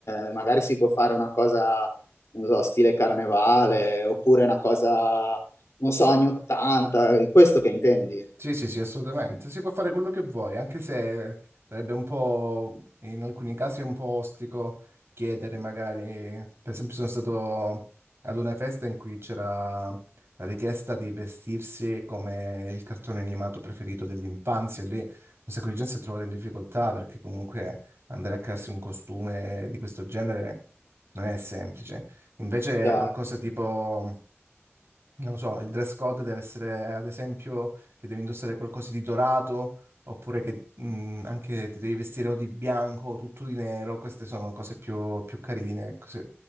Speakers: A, on the left (about 85°); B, on the right (about 65°).
A: Eh, magari si può fare una cosa, non so, stile carnevale, oppure una cosa, non so, anni 80, è questo che intendi?
B: Sì, sì, sì, assolutamente. Si può fare quello che vuoi, anche se sarebbe un po', in alcuni casi, un po' ostico chiedere magari, per esempio sono stato ad una festa in cui c'era la richiesta di vestirsi come il cartone animato preferito dell'infanzia, e lì un sacco di gente si è trovata in difficoltà perché comunque andare a crearsi un costume di questo genere non è semplice. Invece
A: Cioè,
B: qualcosa tipo... Non lo so, il dress code deve essere, ad esempio, che devi indossare qualcosa di dorato, oppure che mh, anche ti devi vestire o di bianco o tutto di nero. Queste sono cose più, più carine, ecco, se-